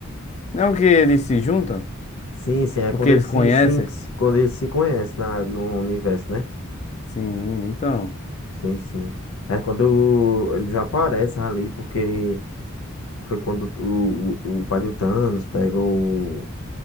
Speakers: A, on the left; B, on the left.
A: Não que eles se juntam?
B: Sim, sim, é
A: Porque
B: quando
A: eles
B: eles se,
A: conhecem?
B: sim, quando eles se conhecem na, no universo, né?
A: Sim, então.
B: Sim, sim. É quando eles aparecem ali, porque foi quando o, o, o pai do Thanos pega o,